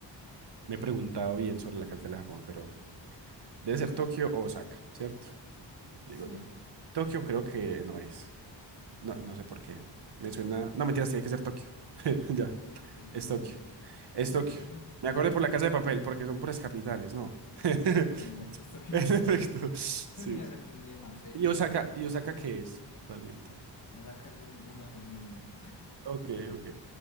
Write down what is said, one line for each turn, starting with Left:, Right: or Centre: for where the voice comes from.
Right: me he preguntado bien sobre la capital de Japón, pero debe ser Tokio o Osaka, ¿cierto? Digo
Left: Sí,
Right: yo. Tokio creo que no es. No, no sé por qué. Me suena. No, mentiras, tiene que ser Tokio. <laughs> Ya,
Left: Tokio,
Right: es Tokio.
Left: sí.
Right: Es
Left: En
Right: Tokio.
Left: efecto,
Right: Me acordé
Left: en
Right: por
Left: efecto,
Right: la Casa
Left: es
Right: de Papel, porque son puras capitales, ¿no? <laughs>
Left: En efecto, es Tokio.
Right: En
Left: <laughs>
Right: efecto. Sí.
Left: Pues sí, a excepción de Marsella,
Right: ¿Y Osaka, y Osaka qué es realmente?
Left: Osaka es un- una ciudad muy grande.
Right: Ok, ok,